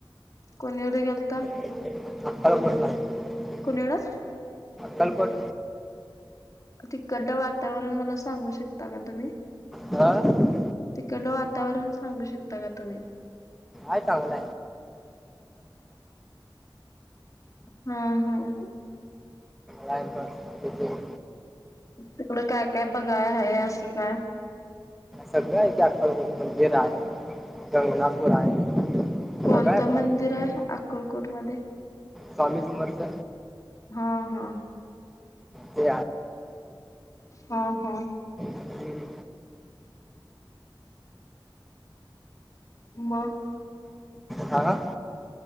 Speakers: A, on the left (about 40°); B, in the centre.
A: कोणी एवढे गेलता
B: मप
A: कोणीला
B: कलपत
A: तििकड्ड वातावरण मला सांगू शकता का तुम्ही
B: हह
A: तिकड वातावरण सांगू शकता का तुम्ही
B: आयटांग
A: हम् हम
B: य बास क
A: तिकडं काय काय बघाय आहे असं काय
B: सगळं आहे अक्कलकोट मंदिर आहे गंगनापूर आहे सगळं
A: कोणतं
B: आहे बघायला
A: मंदिर आहे अक्कलकोट मध्ये
B: स्वामी समर्थ
A: हा हा
B: ते
A: हा हा
B: हम्म.
A: म
B: हा